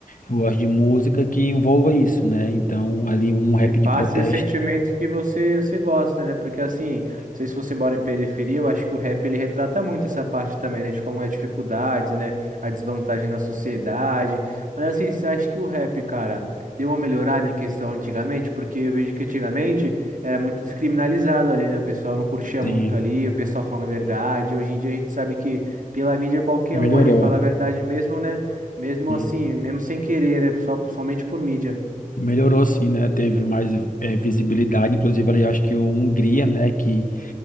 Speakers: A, on the left; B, on the right.
A: eu gosto de música que envolva isso, né? Então, ali um rap
B: E passe
A: de protesto,
B: o sentimento que você, você gosta, né? Porque assim, não sei se você mora em periferia, eu acho que o rap ele retrata muito essa parte também, né? De como é a dificuldade, né? A desvantagem na sociedade. Mas assim, você acha que o rap, cara, deu uma melhorada em questão antigamente? Porque eu vejo que antigamente era muito descriminalizado ali, né? O pessoal não curtia
A: sim,
B: muito ali, o pessoal falando a verdade. Hoje em dia a gente sabe que pela mídia qualquer
A: melhorou.
B: um ali fala a verdade mesmo, né? Mesmo
A: sim.
B: assim, mesmo sem querer, né? Só, somente por mídia.
A: Melhorou sim, né? Teve mais eh, visibilidade, inclusive ali acho que o Hungria, né, que